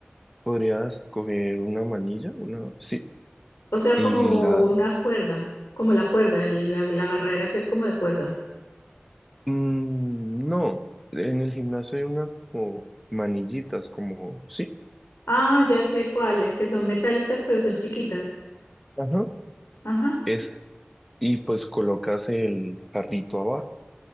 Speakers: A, in the centre; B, on the left (about 90°).
A: podrías coger una manilla, una, sí,
B: O sea,
A: y
B: como
A: la,
B: una cuerda, como la cuerda, el- la, la agarradera que es como de cuerda.
A: mm, no, en el gimnasio hay unas como manillitas, como, sí,
B: Ah, ya sé cuáles, que son metálicas pero son chiquitas.
A: ajá,
B: Ajá.
A: es, y pues colocas el carrito abajo.